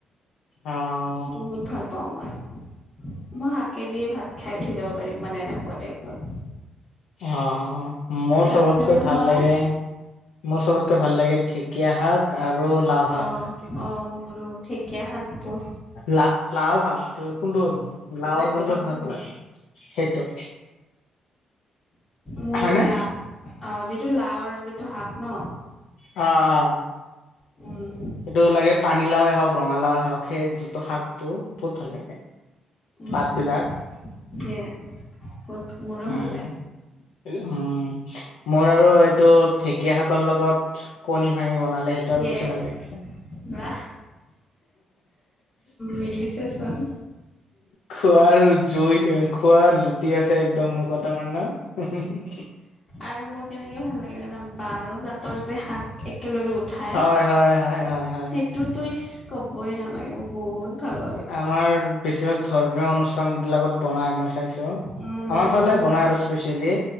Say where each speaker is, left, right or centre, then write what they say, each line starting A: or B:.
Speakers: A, on the left; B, on the left.
A: অ।
B: বহুত ভাল পাওঁ মই মই শাকে দিয়ে ভাত খাই উঠি যাব পাৰিম মানে এনেকুৱা টাইপৰ।
A: অ মোৰ চবতকৈ
B: আছে নহয়
A: ভাল লাগে মোৰ চবতকৈ ভাল লাগে ঢেকীয়া শাক আৰু লাও শাক
B: অ অ মোৰো ঢেকীয়া শাক বহ
A: <unintelligible> লাও শাক কোনটো লাও যোনটো লাও শাক হৈ সেইটো।
B: মোৰো
A: হয়নে?
B: লা আ যিটো লাওৰ যিটো শাক ন
A: অ অ।
B: উম।
A: এইটো লাগে পানীলাওে হওঁক ৰঙালাওে হওঁক সেই যোনটো শাকটো বহুত ভাল লাগে।
B: উম
A: পাত বিলাক
B: উম বহুত মোৰো
A: উম।
B: ভাল লাগে
A: উম, মোৰ আৰু এইটো ঢেঁকীয়া শাকৰ লগত কণী ভাঙি বন <unintelligible> সেইটো আৰু
B: য়েছ
A: বেছি ভাল লাগে। <inaudible>
B: বাহ মিলিছে চোন
A: খোৱাৰ জুই খোৱাৰ জুতি আছে একদম মুখত আমাৰ ন <unintelligible>
B: আৰু মোৰ কেনেকে ভাল লাগে জনা বাৰ জাতৰ যে শাক একেলগে উঠ <unintelligible>
A: হয় হয় হয় হয় হয়
B: সেইটোতো ইচ ক'বই নালাগে মোৰ বহুত ভাল পাওঁ সেইটো
A: আমাৰ বেছিভাগ ধৰ্মীয় অনুষ্ঠান বিলাকত বনাই মই খাইছো
B: উম
A: আমাৰ ফালে
B: মোৰ
A: বনাই আৰু স্পেচিয়েলি